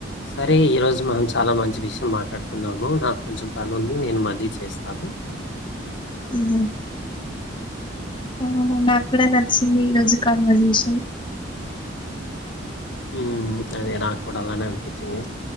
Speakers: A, on the left; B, on the left.
A: సరే ఈరోజు మనం చాలా మంచి విషయం మాట్లాడుకున్నాము, నాకు కొంచెం పని ఉంది నేను మళ్ళీ చేస్తాను.
B: మ్మ్ హ్మ్ అవునా నాక్కూడా నచ్చింది ఈరోజు కాన్వర్జేషన్.
A: మ్మ్ అదే నాక్కూడా అలానే అనిపిచ్చింది